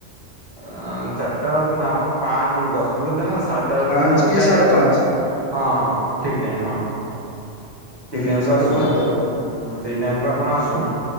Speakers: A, on the right; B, on the left.
A: ଚାରିଟା ବେଳକୁ ନା ଆପଣ ପାଞ୍ଚ ବେଳକୁ ଆସନ୍ତୁ ବୁଝିଲେ ନା। ସାଢେ ସେତବେଳକୁ
B: ପାଞ୍ଚ
A: ମୁଁ
B: କି
A: ଯାଇ
B: ସାଢେ ପାଞ୍ଚ।
A: ହଁ ହଁ ଠିକ୍ ଟାଇମ୍ ହଁ। ସେଇ
B: ହୁଁ
A: ଟାଇମକୁ
B: ସାଢ଼େ
A: ଆସୁନ୍
B: ପାଞ୍ଚ ଆଉ
A: ହୁଁ ସେଇ ଟାଇମକୁୁ ଆପଣ ଆସନ।